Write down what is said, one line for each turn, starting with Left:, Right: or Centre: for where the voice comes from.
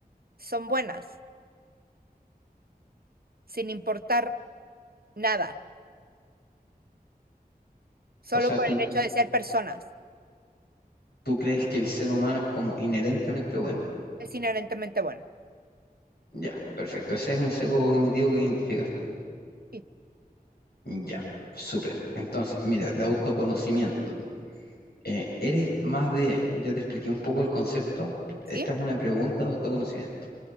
Right: son buenas, sin importar nada, solo
Left: O sea,
Right: por
Left: tú,
Right: el hecho de ser personas.
Left: tú crees que el ser humano es como inherentemente bueno.
Right: Es inherentemente bueno.
Left: Ya, perfecto. Ese es un sesgo cognitivo que identificas tú.
Right: ¿Sí?
Left: Ya, súper. Entonces, mira, de autoconocimiento. Eh, ¿eres más de, ya te expliqué un poco el concepto,
Right: ¿Sí?
Left: esta es una pregunta de autoconocimiento.